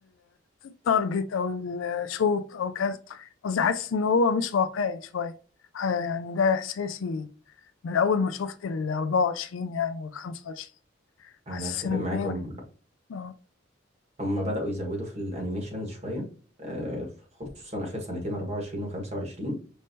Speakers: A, on the left; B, on the right.
A: التارجت او الشوط او كذا قصدي حاسس ان هو مش واقعي شويه ح- يعني ده احساسي من اول ما شفت ال 24 يعني وال 25 حاسس
B: انا اتفق
A: ان
B: معاكم
A: هي اه
B: هم بدأوا يزودوا في الانيميشنز شوية آه، خصوصا آخر سنتين 24 و 25